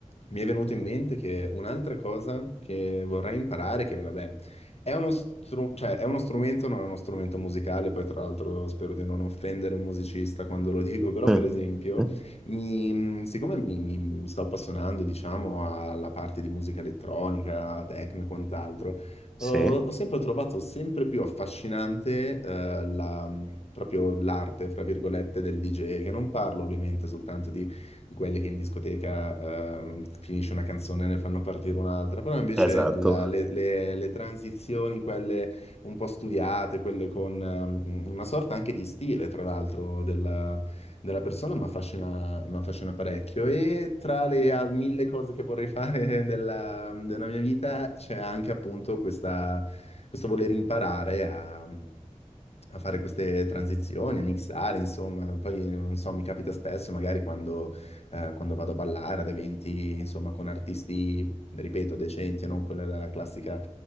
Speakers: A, on the left (about 55°); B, in the centre.
A: mi è venuto in mente che un'altra cosa che vorrei imparare, che vabbè, è uno, stru- cioè, è uno strumento, non è uno strumento musicale, poi tra l'altro spero di non offendere un musicista quando lo dico, però
B: <laughs>
A: per esempio, mi- siccome mi, mi- mi sto appassionando, diciamo, alla parte di musica elettronica, techno e quant'altro, ho,
B: Sì,
A: ho sempre trovato sempre più affascinante, eh, la, mh, proprio l'arte, fra virgolette, del DJ, che non parlo ovviamente soltanto di, di quelli che in discoteca, ehm, finisce una canzone e ne fanno partire un'altra, però invece
B: esatto.
A: la- le, le- le transizioni, quelle un po' studiate, quelle con, ehm, una sorta anche di stile, tra l'altro, della persona, mi affascina, mi affascina parecchio. E tra le a- mille cose che vorrei <laughs> fare della, della mia vita c'è anche appunto questa, questo voler imparare a a fare queste transizioni, a mixare, insomma, poi non so, mi capita spesso magari quando, eh, quando vado a ballare ad eventi, insomma, con artisti, ripeto, decenti e non quella della classica